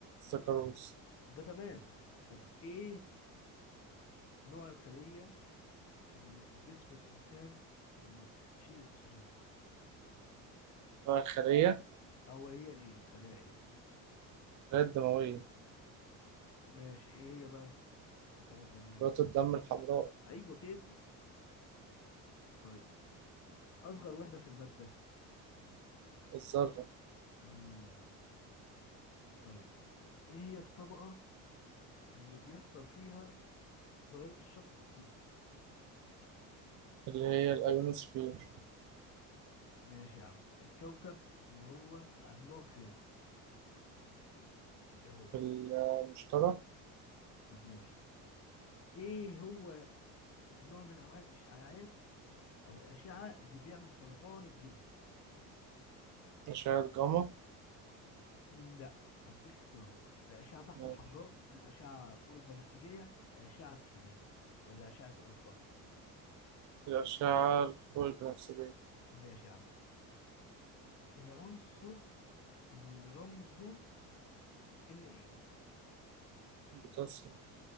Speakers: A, on the right (about 55°); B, on the left (about 45°).
A: سكروز
B: ده تمام طب ايه نوع الخلية اللي في جسم الإنسان اللي بتشيل الأكسجين
A: نوع الخلية
B: أو هي إيه خلايا إيه
A: الخلايا الدموية
B: ماشي إيه هي بقى في الخلايا الدموية
A: كرات الدم الحمراء
B: أيوة كده طيب أصغر وحدة في المادة
A: الذرة
B: مم. طيب إيه هي الطبقة اللي بيحصل فيها ظاهرة الشفق القطبي
A: اللي هي الأيونوسفير
B: ماشي يا عم الكوكب اللي هو عملاق غاز إيه هو
A: المشترى
B: طب ماشي إيه هو نوع من أنواع الإشعاعات أو الأشعة اللي بيعمل سرطان الجلد
A: أشعة جاما
B: لا هديك اختيارات الأشعة تحت
A: ماشي.
B: الحمراء الأشعة فوق البنفسجية الأشعة السينية ولا أشعة ألفا
A: الأشعة الفوق البنفسجية
B: ماشي يا عم العنصر اللي رمزه إن إيه
A: بوتاسيوم